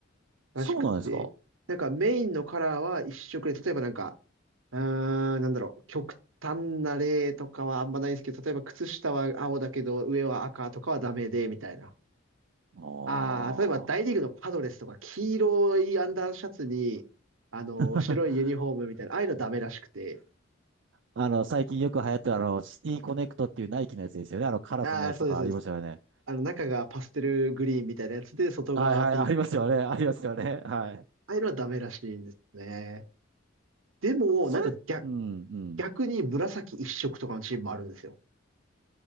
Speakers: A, on the right (about 80°); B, on the right (about 65°).
A: らしくて。
B: そうなんですか
A: なんかメインのカラーは一色で、例えばなんか、うーん、なんだろう、極端な例とかはあんまないんですけど、例えば靴下は青だけど、上は赤とかはダメで、みたいな。
B: ああ
A: ああ、例えば大リーグのパドレスとか黄色いアンダーシャツに、あの、
B: <laughs>
A: 白いユニフォームみたいな、ああいうのダメらしくて。
B: あの、最近よく流行ってるあの、シティコネクトっていうナイキのやつですよね。あの、カラフルなやつとかありましたよね。
A: ああ、そうです、そうです。あの、中がパステルグリーンみたいなやつで、外側ピンク。
B: はいはい、ありますよね。<laughs> ありますよね。はい。
A: ああいうのはダメらしいんですね。でも、
B: それ、
A: なんか逆、
B: うん、うん。
A: 逆に紫一色とかのチームもあるんですよ。